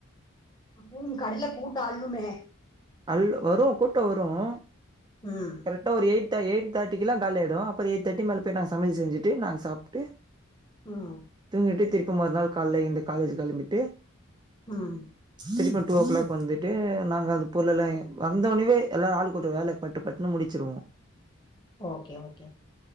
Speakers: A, on the left; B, on the right.
A: அப்ப உங்க கடல கூட்டோ அள்ளுமே
B: அல் வரும் கூட்டோ வரும்
A: ம்
B: கரெட்டா ஒரு எயிட் எய்ட் தேட்டிக்கலா காலியாயிடும் அப்புற எயிட் தேட்டி மேல போய் நா சமயல் செஞ்சுட்டு நாங்க சாப்ட்டு <inaudible>
A: ம்
B: தூங்கிட்டு திருப்பி மறு நாள் கால்ல எழுந்து காலேஜ் கெளம்பிட்டு
A: ம்
B: தெரிப்பா டூ ஓ கிளாக் வந்துட்டு நாங்க அது பொருள் எல்லா ஏ வந்த ஒன்னவே எல்லா ஆள் கூட்ட வேல பட் பட்டு பட்டுனு முடிச்சிருவோ
A: ஓகே ஓகே